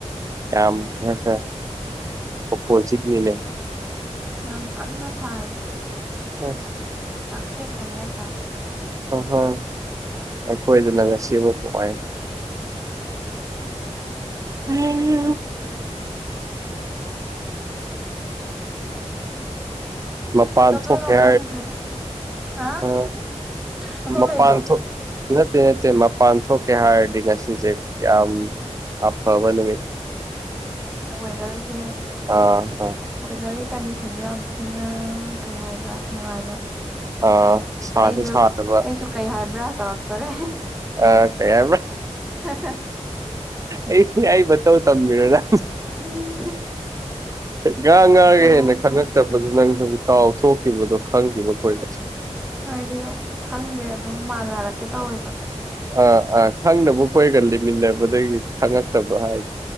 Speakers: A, on the right (about 30°); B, in the centre.
A: ꯌꯥꯝ ꯍꯦ ꯁꯔꯣ ꯆꯅꯤ ꯂꯩ
B: ꯌꯥꯝ ꯀꯟꯅ ꯁꯥꯏ
A: ꯑ
B: ꯆꯠꯊꯦꯛ ꯀꯩ ꯍꯥꯏꯥꯏ ꯇꯔꯦ
A: ꯑꯍꯣꯏ ꯑꯩꯈꯣꯏꯗꯅ ꯉꯁꯤꯃꯨꯛ ꯅꯨꯡꯉꯥꯏ ꯎꯝ ꯃꯄꯥꯟ
B: ꯀꯩꯗꯧꯗꯣꯏꯅꯣ
A: ꯊꯣꯛ ꯈ
B: ꯈꯪꯗ꯭ꯔꯦꯗ ꯍꯥ
A: ꯑ
B: ꯊꯕꯛ
A: ꯃꯄꯥꯟ
B: ꯂꯩꯕ꯭ꯔꯣ
A: ꯊꯣꯛ ꯅꯠꯇꯦ ꯅꯠꯇꯦ ꯃꯄꯥꯟ ꯊꯣꯛꯀꯦ ꯍꯥꯏꯔꯗꯤ ꯉꯁꯤꯁꯦ ꯌꯥꯝ ꯑꯐꯕ ꯅꯨꯃꯤ
B: ꯋꯦꯗꯔꯁꯦ
A: ꯑꯥ ꯑꯥ
B: ꯋꯦꯗꯔꯒꯤ ꯀꯟꯗꯤꯁꯟꯗ ꯌꯥꯝ ꯊꯤꯅ ꯀꯩ ꯍꯥꯏꯕ꯭ꯔꯥ ꯅꯨꯡꯉꯥꯏꯕ
A: ꯑꯥ ꯁꯥꯁꯨ
B: ꯑꯩꯁꯨ
A: ꯁꯥꯗꯕ
B: ꯑꯩꯁꯨ ꯀꯩ ꯍꯥꯏꯕ꯭ꯔꯥ ꯇꯧꯔꯛꯇꯣꯔꯦ
A: ꯑ ꯀꯩꯌꯥ
B: <unintelligible>
A: ꯑꯩ ꯑꯩ ꯃꯇꯧ ꯇꯝꯕꯤꯔꯣꯅ
B: ꯎꯝ
A: ꯉꯥ ꯉꯥꯒ
B: ꯀꯩ
A: ꯍꯦꯟꯅ
B: ꯍꯥꯏꯕ
A: ꯈꯪꯉꯛ ꯆꯕꯗꯨ ꯅꯪꯪ ꯀꯥꯎ ꯊꯣꯛꯇꯈꯤꯕꯗꯣ ꯈꯪꯗꯦꯕ ꯑꯩꯣꯏ ꯂꯩꯁ
B: ꯍꯥꯏꯗꯤ ꯑꯗꯨꯝ ꯈꯪꯗꯦ ꯑꯗꯨꯝ ꯃꯥꯟꯅꯔꯛꯀꯦ ꯇꯧꯋꯦꯕ
A: ꯑꯥ ꯑꯥ ꯈꯪꯗꯅꯕ ꯑꯩꯣꯏꯒ ꯂꯩꯃꯤꯟꯅꯕꯗꯒꯤ ꯈꯪꯉꯛꯇꯕ ꯍꯥꯏ